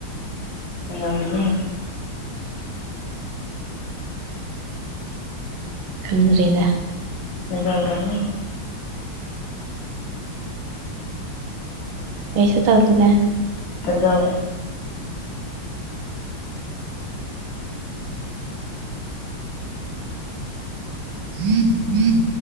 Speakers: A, on the left; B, on the right.
A: ꯅꯅ
B: ꯀꯗꯔꯤꯗ
A: ꯐꯒꯕꯔꯒ
B: ꯄꯩꯁ ꯇꯥꯀꯤꯗꯦ
A: ꯀꯩꯗꯧ
B: ꯍꯝ ꯎꯝ